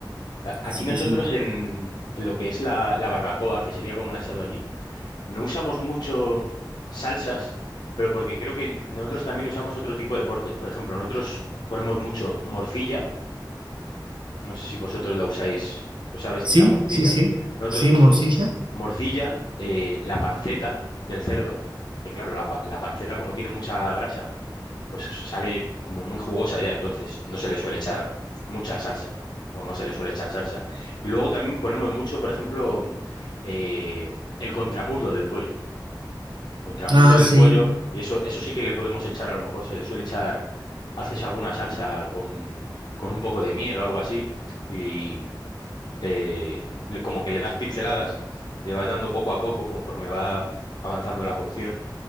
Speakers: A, on the left (about 60°); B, on the right (about 85°).
A: A-
B: Así
A: Aquí nosotros
B: que sí.
A: en, en lo que es la, la barbacoa, que sería como el asado allí, no usamos mucho salsas, pero porque creo que nosotros también usamos otro tipo de cortes. Por ejemplo, nosotros ponemos mucho morcilla. No sé si vosotros la usáis, o sabes,
B: Sí,
A: la morcilla.
B: sí, sí.
A: Nosotros
B: Sí, morcilla.
A: so- morcilla, eh, la panceta del cerdo, que claro, la, pa- la panceta como tiene mucha grasa, pues sale como muy jugosa ya, entonces no se le suele echar mucha salsa, o no se le suele echar salsa. Y luego también ponemos mucho, por ejemplo, eh, el contramuslo del pollo contramuslo
B: Ah,
A: del
B: sí.
A: pollo, y eso, eso sí que le podemos echar, a lo mejor se le suele echar, haces alguna salsa con, con un poco de miel o algo así, y eh, le- como que le das pinceladas, le vas dando poco a poco conforme va avanzando la cocción,